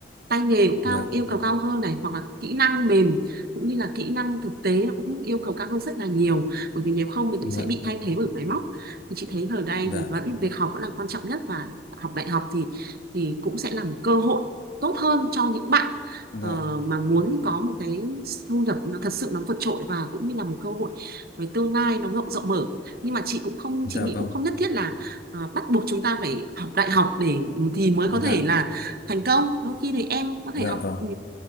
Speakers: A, on the right (about 60°); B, on the left (about 55°).
A: tay nghề cũng cao
B: dạ
A: yêu cầu cao hơn này hoặc là kỹ năng mềm cũng như là kỹ năng thực tế nó cũng yêu cầu cao hơn rất là nhiều bởi vì nếu không thì cũng
B: dạ
A: sẽ bị thay thế bởi máy móc thì chị thấy ở đây
B: dạ
A: thì vẫn việc học vẫn là quan trọng nhất và học đại học thì thì cũng sẽ là một cơ hội tốt hơn cho những bạn
B: dạ
A: ờ, mà muốn có một cái thu nhập nó thật sự nó vượt trội và cũng như là một cơ hội về tương lai nó rộng rộng mở nhưng mà chị cũng không
B: dạ
A: chị nghĩ
B: vâng
A: cũng không nhất thiết là ờ, bắt buộc chúng ta phải học đại học để thì mới có
B: dạ
A: thể là thành công đôi khi thì em có thể
B: dạ
A: học
B: vâng
A: ừ,